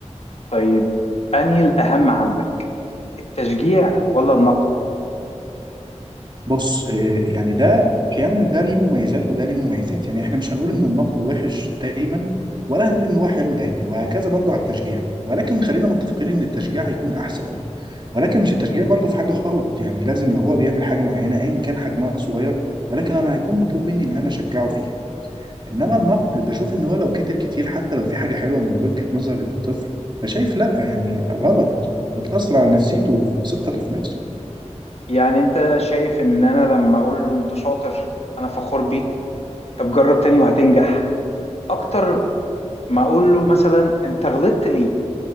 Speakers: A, on the left (about 60°); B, on the right (about 40°).
A: طيب أنهي الأهم عندك التشجيع ولا النقد
B: بص آه، يعني ده احيانا ده ليه مميزات وده ليه مميزات يعني احنا مش هنقول ان النقد وحش دايما ولا هنقول ان هو حلو دايما وهكذا برضه على التشجيع ولكن خلينا متفقين ان التشجيع هيكون احسن ولكن مش التشجيع برضه في حاجه غلط يعني لازم لو هو بيعمل حاجه معينه ايا كان حجمها صغير ولكن انا هيكون مطلوب مني ان انا اشجعه فيها انما النقد بشوف ان هو لو كتر كتير حتى لو في حاجه حلوه من وجهه نظر الطفل فشايف لا يعني غلط بتاثر على نفسيته وثقته في نفسه
A: يعني أنت شايف إن أنا لما أقول له أنت شاطر أنا فخور بيك طب جرب تاني وهتنجح أكتر ما أقول له مثلا أنت غلطت ليه